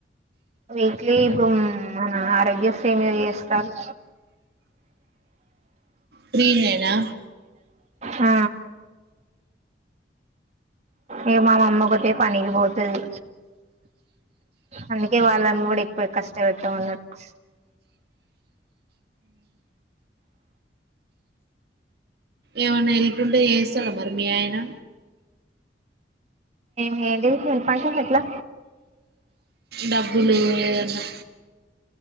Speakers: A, on the right; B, on the right.
A: వీక్లీ ఇప్పుడు మన ఆరోగ్య సేమ చేస్తారు
B: ప్రీనేనా
A: ఆ ఇక మామమ్మ కొట్టే పనికి పోతుది అందుకే వాళ్ళని కూడా ఎక్కువ కష్ట పెట్టామన్నట్టు
B: ఏనా ఎల్కుండ ఏ స్థలం మర్మయనా
A: హది హల్ పంట హట్లా
B: డబ్బులు ఏదన్నా